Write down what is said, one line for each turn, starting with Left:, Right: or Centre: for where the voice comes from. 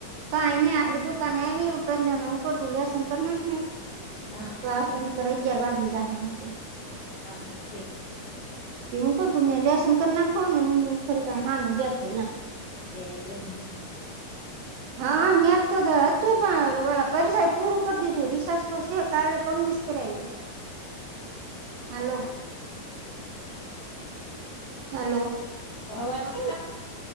Right: કાઈ નહી આપડી દુકાન આવી ગઈ ઉપ ઉપર જણ તું લસન કર નાખને
Left: હા
Right: તો કરે અગિયાર વાગી જાહે હો
Left: હા, ઠ
Right: તે હું કહ તું, મેં લેસન કર નાખો ને હું ખરી હામી બેઠો.
Left: એ.
Right: હા, નેટ તો હતું, પણ ઓલા પરીક્ષા પૂરું કરી દીધું. રિસલ્ટ તો છે, કાલે પમદી જ કર્યાવુ. હલો. હલો,
Left: હવારમાં કેમ